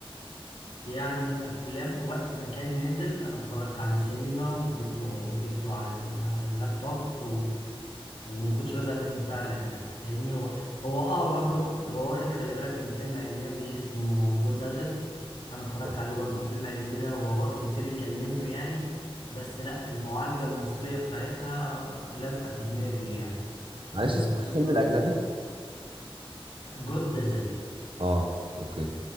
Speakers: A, on the left; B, on the right.
A: يعني من الافلام وقت ما كان نزل انا اتفرجت عليه سينما وجبته وجبته على ال- على اللابتوب وما كنتش بزهق منه فعلا يعني لاني هو هو اه واخد هو واخد خلي بالك من فيلم اجنبي اسمه جود دازل انا اتفرجت
B: آه.
A: عليه برضو الفيلم الاجنبي ده هو واخده تيبيكال منه يعني بس لا المعالجة المصرية بتاعتها لازقة في دماغي يعني
B: معلش
A: وخصوصا
B: اسمه ايه الفيلم الاجنبي
A: جود دازل
B: اه اوكي